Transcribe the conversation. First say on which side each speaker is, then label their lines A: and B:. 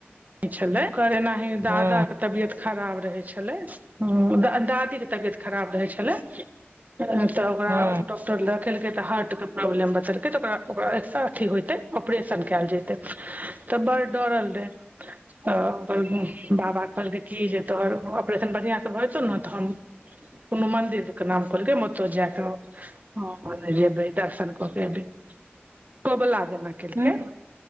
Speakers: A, on the right (about 45°); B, on the right (about 80°).
A: छलै ओकर एनाहि दादा
B: हँ
A: कऽ तबियत खराब रहै छलै द - दादी केँ तबियत खराब रहै छलै तऽ ओकरा
B: हँ
A: डॉक्टर कऽ देखेलकै तऽ हार्ट कऽ प्रॉब्लम बचलकै तऽ ओकरा ओकरा एकसँ अथी होतै ऑपरेशन कैल जेतै तऽ बड़ डरल रहे तऽ ओकर बाबा कहलकै की जे तोहर ऑपरेशन बढ़िया सँ भऽ जेतौ नऽ तऽ हम कोनो मन्दिर द - कऽ नाम कहलकै हम ओतऽ जा कऽ हँ हम ओतऽ जेबै दर्शन कऽ कऽ एबै कोबला जेना केलकै
B: हँ